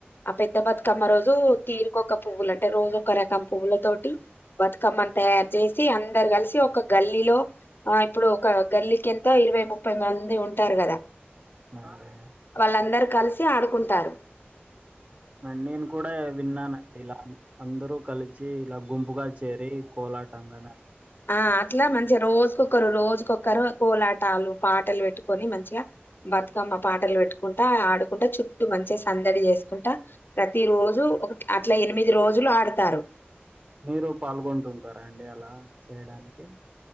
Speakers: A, on the left; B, on the right.
A: ఆ పెద్ద బతుకమ్మ రోజు తీరుకొ ఒక పువ్వులు అంటే రోజు ఒక రకం పువ్వుల తోటి బతుకమ్మని తయారు చేసి అందరు కలిసి ఒక గల్లీలో ఆ ఇప్పుడు ఒక గల్లికి ఎంత ఇరవై ముప్పై మంది ఉంటారు కదా
B: అవునండి
A: వాళ్ళందరు కలిసి ఆడుకుంటారు
B: మన్నేన్ కూడా విన్నానండి ఇలా అందరూ కలిసి ఇలా గుంపుగా చేరి కోలాటంగా
A: ఆ అట్లా మంచిగా రోజుకొక్కరు రోజుకొ క కోలాటాలు పాటలు పెట్టుకొని మంచిగా బతుకమ్మ పాటలు పెట్టుకుంటా ఆడుకుంటా చుట్టూ మంచిగా సందడి చేసుకుంటా ప్రతి రోజు ఒక అట్లా ఎనిమిది రోజులు ఆడతారు
B: మీరు పాల్గొంటుంటారా అండి అలా చేయడానికి